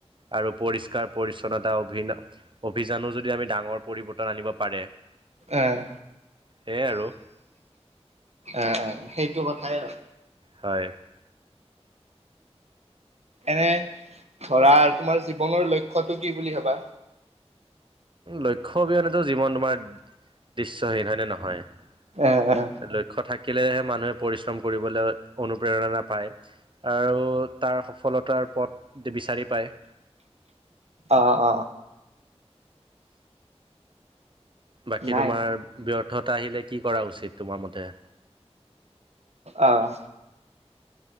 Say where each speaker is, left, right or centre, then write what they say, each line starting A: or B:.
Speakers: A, on the right (about 50°); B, on the right (about 75°).
A: আৰু পৰিষ্কাৰ পৰি্ছন্নতা অ অভিযানো যদি আমি ডাঙৰ পৰিবৰ্তন আনিব পাৰে
B: আহ
A: সেয়াই আৰু
B: আহ আহ সেইটো কথাই আৰু
A: হয়
B: এনে ধৰা তোমাৰ জীৱনৰ লক্ষ্য়টো কি বুলি ভাবা
A: লক্ষ্য অবিহনেতটো জীৱন তোমাৰ দৃশ্যহীন হয় নে নহয়
B: আহ
A: লক্ষ্য থাকিলেহে মানুহে পৰিশ্ৰম কৰিবলৈ অনুপ্ৰেৰণা পায় আৰু তাৰ সফলতাৰ পথ বিচাৰি পায়
B: অ অ।
A: বাকী
B: নাই
A: তোমাৰ ব্যৰ্থতা আহিলে কি কৰা উচিত তোমাৰ মতে <inaudible>
B: আহ